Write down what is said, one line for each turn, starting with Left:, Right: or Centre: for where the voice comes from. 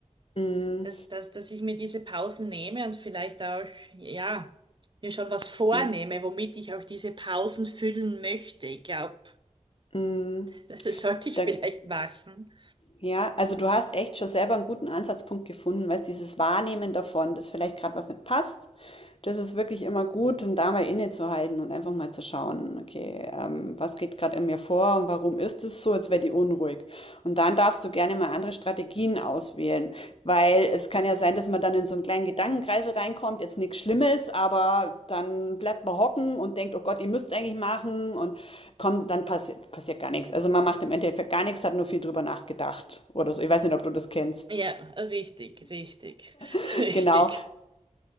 Left: Mm,
Right: dass, dass, dass ich mir diese Pausen nehme und vielleicht auch, ja, mir schon was vornehme,
Left: mm,
Right: womit ich auch diese Pausen füllen möchte. Ich glaube,
Left: mm.
Right: das sollte ich
Left: Da,
Right: <laughs> vielleicht machen.
Left: ja, also du hast echt schon selber einen guten Ansatzpunkt gefunden, weißt, dieses Wahrnehmen davon, dass vielleicht gerade was nicht passt Das ist wirklich immer gut, dann da mal innezuhalten und einfach mal zu schauen, okay, ähm, was geht gerade in mir vor und warum ist es so, als wäre die unruhig. Und dann darfst du gerne mal andere Strategien auswählen, weil es kann ja sein, dass man dann in so einen kleinen Gedankenkreisel reinkommt, jetzt nichts Schlimmes, aber dann bleibt man hocken und denkt, oh Gott, ihr müsst es eigentlich machen und kommt, dann passi passiert gar nichts. Also man macht im Endeffekt gar nichts, hat nur viel drüber nachgedacht oder so. Ich weiß nicht, ob du das kennst.
Right: Ja, richtig, richtig, <laughs>
Left: <laughs>
Right: richtig.
Left: Genau.